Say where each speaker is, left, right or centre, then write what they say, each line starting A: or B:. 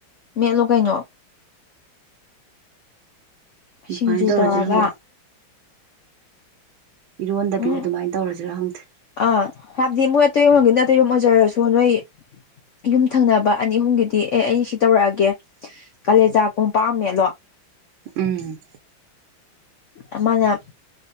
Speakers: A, on the left; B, on the right.
A: ꯃꯦꯠꯂꯣ ꯀꯩꯅꯣ
B: ꯑꯗꯨꯃꯥꯏꯅ
A: ꯁꯤꯡꯖꯨ
B: ꯇꯧꯔꯁꯤꯔ
A: ꯇꯧꯔꯒ
B: ꯈꯪꯗꯦ ꯏꯔꯣꯟꯗꯕꯤꯗ
A: ꯎꯝ
B: ꯑꯗꯨꯃꯥꯏ ꯇꯧꯔꯖꯤꯔꯥ ꯈꯪꯗꯦ
A: ꯑꯥ ꯍꯥꯏꯕꯗꯤ ꯃꯣꯏ ꯑꯇꯩꯔꯣꯝꯒꯤꯅ ꯑꯇꯩꯔꯣꯝ ꯑꯣꯏꯖꯔꯁꯨ ꯅꯣꯏ ꯌꯨꯝ ꯊꯪꯅꯕ ꯑꯅꯤ ꯑꯍꯨꯝꯒꯤꯗꯤ ꯑꯦ ꯑꯩꯩꯅ ꯁꯤ ꯇꯧꯔꯛꯑꯒꯦ ꯀꯥꯂꯦꯖꯥ ꯀꯣꯝꯄꯥꯛ ꯑꯃ ꯃꯦꯠꯂꯣ
B: ꯎꯝ
A: ꯑꯃꯅ